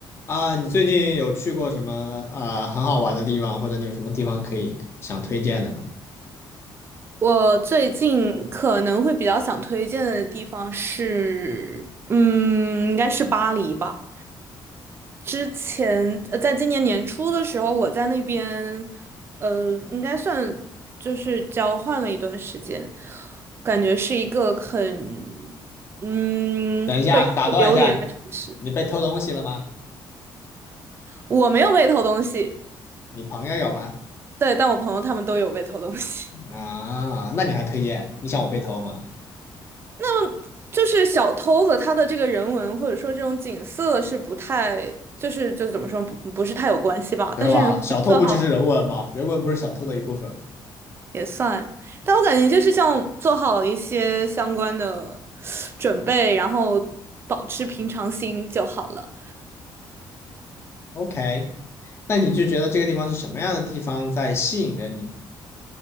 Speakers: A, on the left; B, on the right.
A: 啊，你最近有去过什么啊很好玩的地方，或者你有什么地方可以想推荐的吗？
B: 我最近可能会比较想推荐的地方是，嗯，应该是巴黎吧。之前，呃，在今年年初的时候，我在那边，呃，应该算就是交换了一段时间，感觉是一个很，嗯，
A: 等一下，
B: 会让人流连的城市。
A: 打断一下，你被偷东西了吗？
B: 我没有 <laughs> 被偷东西，
A: 你朋友有吗？
B: 对，但我朋友他们都有被偷东西。
A: 啊，那你还推荐？你想我被偷吗？
B: 那么就是小偷和他的这个人文或者说这种景色是不太，就是就是怎么说不不是太有关系吧。
A: 知道吧？
B: 但是如果你做好
A: 小偷不就是人文吗？人文不是小偷的一部分吗
B: 也算，但我感觉就是像做好一些相关的准备，然后保持平常心就好了。
A: ？OK，那你就觉得这个地方是什么样的地方在吸引着你？